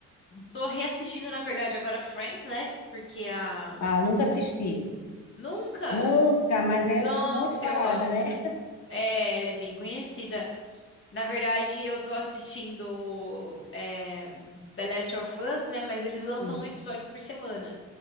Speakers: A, on the left; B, on the left.
A: tô reassistindo, na verdade, agora Friends, né? Porque a.
B: Ah, nunca assisti.
A: Nunca!
B: Nunca, mas ela
A: Nossa,
B: é muito falada,
A: eu amo.
B: né?
A: É, ela é bem conhecida. Na verdade, eu tô assistindo é, The Last of Us, né? Mas eles lançam
B: Sim.
A: um episódio por semana.